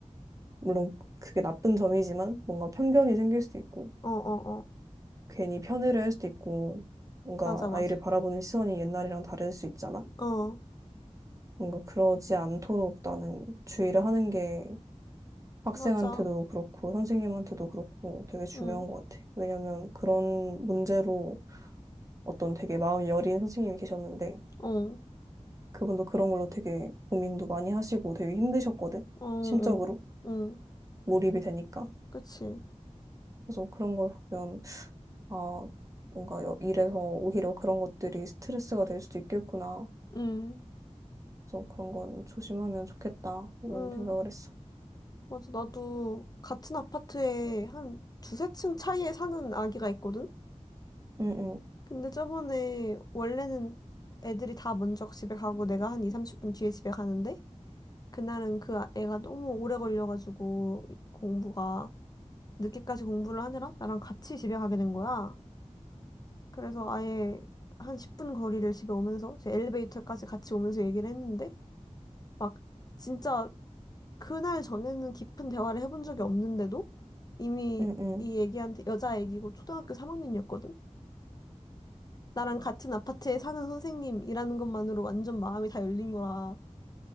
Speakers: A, on the right; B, on the left.
A: 물론 그게 나쁜 점이지만 뭔가 편견이 생길 수도 있고
B: 어, 어, 어,
A: 괜히 편애를 할 수도 있고 뭔가
B: 맞아, 맞아.
A: 아이를 바라보는 시선이 옛날이랑 다를 수 있잖아.
B: 어,
A: 뭔가 그러지 않도록 나는 주의를 하는 게 학생한테도
B: 맞아.
A: 그렇고 선생님한테도 그렇고 되게 중요한
B: 응,
A: 것 같아. 왜냐면 그런 문제로 어떤 되게 마음이 여린 선생님이 계셨는데
B: 어,
A: 그분도 그런 걸로 되게 고민도 많이 하시고 되게 힘드셨거든.
B: 어, 어,
A: 심적으로
B: 응,
A: 몰입이 되니까.
B: 그치.
A: 그래서 그런 걸 보면 아 뭔가 여- 일에서 오히려 그런 것들이 스트레스가 될 수도 있겠구나.
B: 응,
A: 그래서 그런 건 조심하면 좋겠다 이런
B: 응,
A: 생각을 했어.
B: 맞아. 나도 같은 아파트에 한 두세 층 차이에 사는 아기가 있거든?
A: 응응
B: 근데 저번에 원래는 애들이 다 먼저 집에 가고 내가 한 2, 30분 뒤에 집에 가는데 그날은 그 아- 애가 너무 오래 걸려가지고 공부가 늦게까지 공부를 하느라 나랑 같이 집에 가게 된 거야. 그래서 아예 한 10분 거리를 집에 오면서 이제 엘리베이터까지 같이 오면서 얘기를 했는데 막 진짜 그날 전에는 깊은 대화를 해본 적이 없는데도 이미
A: 응응응응응
B: 이 애기한테 여자 애기고 초등학교 3학년이었거든. 나랑 같은 아파트에 사는 선생님이라는 것만으로 완전 마음이 다 열린 거라.